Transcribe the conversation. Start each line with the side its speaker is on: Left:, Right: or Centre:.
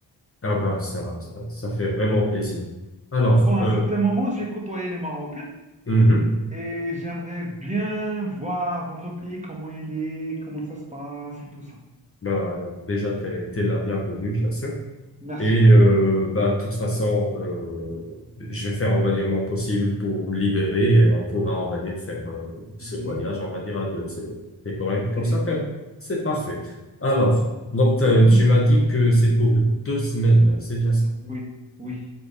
Left: Ah bah ça, ça, ça fait vraiment plaisir. Alors,
Right: Bon, à
Left: euh,
Right: un certain moment, j'ai côtoyé les Marocains
Left: mhm.
Right: et j'aimerais bien voir votre pays, comment il est, comment ça se passe et tout ça.
Left: bah euh, déjà t'es, t'es la bienvenue bien sûr.
Right: Merci
Left: Et
Right: beaucoup.
Left: euh, bah de toute façon, euh, je vais faire on va dire mon possible pour vous libérer et on pourra on va dire faire euh, ce
Right: Mhm,
Left: voyage on va dire à deux. C'est c'est correct
Right: ok.
Left: comme ça frère. C'est parfait. Alors, donc t'as-
Right: Mhm,
Left: tu m'as dit que c'est pour deux semaines, c'est bien ça.
Right: Oui, oui,